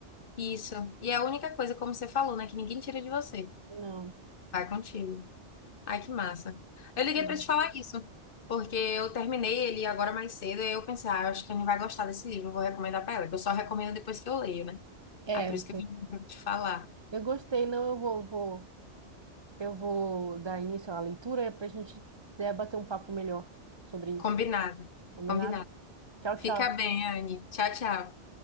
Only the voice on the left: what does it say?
Isso. E é a única coisa, como você falou, né? Que ninguém tira de você.
Vai contigo. Ai, que massa. Eu liguei
pra te falar isso, porque eu terminei ele agora mais cedo e eu pensei, ah, eu acho que a Anne vai gostar desse livro, eu vou recomendar pra ela, que eu só recomendo depois que eu leio, né?
Ah, por isso que eu vim pra te falar.
Combinado,
combinado.
Fica
bem, Anne. Tchau, tchau.